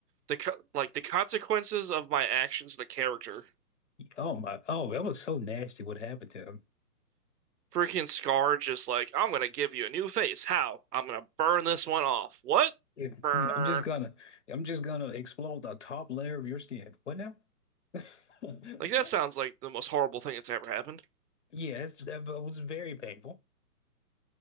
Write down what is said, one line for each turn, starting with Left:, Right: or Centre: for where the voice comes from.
Right: the like the consequences of my actions, the character
Left: Oh my. Oh, that was so nasty. What happened to him?
Right: Freaking Scar just like, I'm gonna give you a new face. How? I'm gonna burn this one off. What?
Left: Yeah,
Right: Burn.
Left: I'm I'm just gonna, I'm just gonna explode the top layer of your skin. What now? <laughs>
Right: Like that sounds like the most horrible thing that's ever happened.
Left: Yeah, it's, that was very painful.